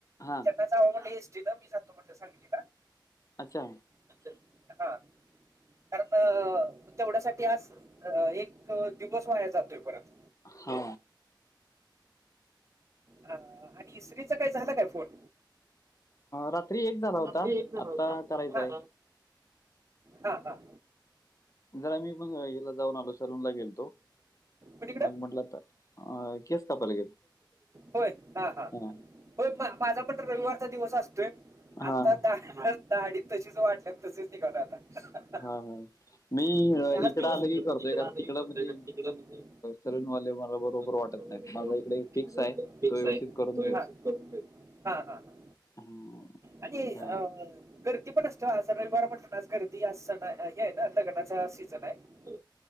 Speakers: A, on the left; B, on the right.
A: हा
B: त्याला जा वा म्हणलं एसटीने मी जातो म्हटलं सांगलीत
A: अच्छा
B: अच्छा हा कारण तेवढ्यासाठी आज अ एक दिवस वाया जातोय परत
A: हा
B: ह आणि श्रीचा काय झाला काय फोन
A: रात्री एक झाला होता
B: रात्री एक जन
A: आता
B: होता ह,
A: करायचा आहे
B: हा ह
A: जरा मी पण हिला जाऊन आलो सलूनला गेलतो
B: पलीकडे
A: मग म्हटलं आता अं, केस कापायला
B: होय हा, हा
A: गेलो
B: ह हो माझा पण रविवारचा दिवस असतोय
A: हा हा
B: आता दा दाडी तशीच वाढल्या तसच निघालोय आता
A: हा हा मी अं,
B: आणि
A: इकडं आलं की करतोय
B: इकडं
A: कारण
B: आणच
A: तिकडं
B: होतय
A: मग ते
B: का तिकड त
A: सलूनवाले बरोबर
B: मला
A: वाटत
B: बरोबरटत
A: नाहीत माझा इकडे फिक्स
B: नाहीकस
A: आहे तो व्यवस्थित
B: आहे
A: करून
B: तो
A: देतो
B: हा, हा ह
A: <unintelligible>
B: आणि
A: काय.
B: अ गर्दी पण असत्या आज रविवार पण ना आज गर्दी अस सण हे आहे ना लगन लग्नाचा सिझन आहे